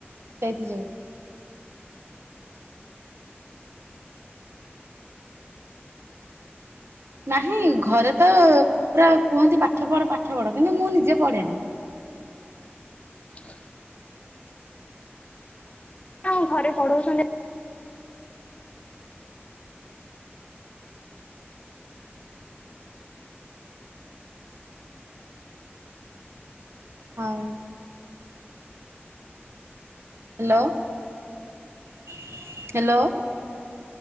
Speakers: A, on the right; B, on the left.
A: ସେଇଥି ଯୋଗୁ। ନାହିଁ ଘରେ ତ ପୁରା କୁହନ୍ତି ପାଠ ପଢ ପାଠ ପଢ କିନ୍ତୁ ମୁଁ ନିଜେ ପଢେନି।
B: <unintelligible> ହଁ ଘରେ ପଢଉଛନ୍ତି
A: ହଉ। Hello hello